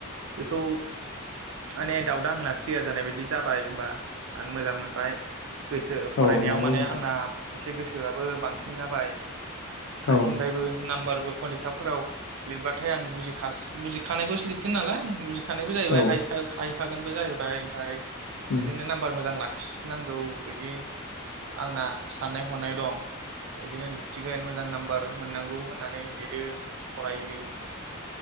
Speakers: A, on the right; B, on the left.
A: बेखौ माने दाउटा आंना क्लियार जानाय बायदि जाबाय होमबा आं मोजां मोनबाय। गोसो फरायनायाव
B: औ नंगौ
A: माने
B: नोंथां
A: आंना एसे गोसोआबो बांसिन जाबाय। हासिनबायबो
B: औ
A: नाम्बार <unintelligible> फोराव लिरबाथाय आं बुजिखास बुजिखानायखौसो लिरगोन नालाय बुजि खानायबो जाहैबाय
B: औ
A: हाइ हाइ थागोनबो जाहैबाय ओमफाय बेजोंनो
B: उम
A: नाम्बार मोजां लाखि सि नांगौ बिदि आंना साननाय हनाय दं बिदिनो लिरथिगोन मोजां नाम्बार मोननांगौ होननानै लिरो फरायो